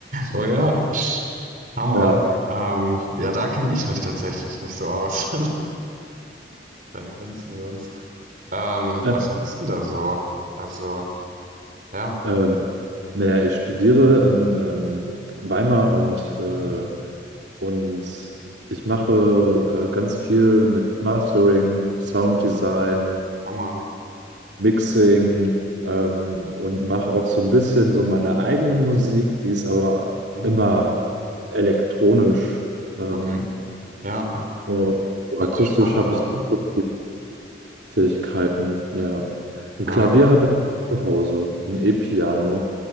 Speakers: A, on the right; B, on the right.
A: Oh ja, Hammer.
B: Ja.
A: Ähm, ja, da kenne ich mich tatsächlich nicht so aus. <laughs> Da ergänzen wir uns. Ähm,
B: äh,
A: was machst du denn da so? Also, ja.
B: Ähm, Naja, ich studiere in ähm, Weimar und, äh,
A: Hm,
B: und ich mache äh, ganz viel mit Mastering, Sounddesign,
A: Hammer.
B: Mixing ähm, und mache auch so ein bisschen so meine eigene Musik, die ist aber
A: Mhm.
B: immer elektronisch. Ähm,
A: Okay. Ja,
B: und so
A: hört
B: akustisch
A: sich spannend
B: habe
A: an.
B: ich nicht so Fähigkeiten, ja. Ein
A: Ja.
B: Klavier habe ich zu Hause, ein E-Piano.